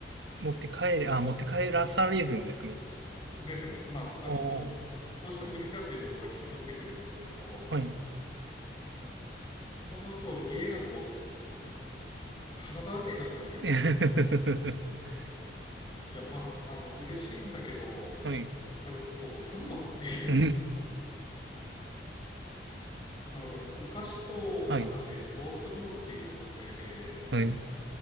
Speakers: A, on the right; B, on the left.
A: 持って帰れ、あ、持って帰らされるんですね。
B: ですね。まあ、
A: おー、
B: あの、も、どうしても無理だっていう分は引き取ってくれるんですけど、
A: はい。
B: うん。そうなると、家がこう、花だらけになっちゃうわけですよ。
A: <laughs>
B: いや、まあ、あの、嬉しいんだけど、
A: はい。
B: これどうすんのっていう。
A: <laughs> は
B: なので、もうお菓子とお花でどうすんのっていう状態で、
A: い、はい。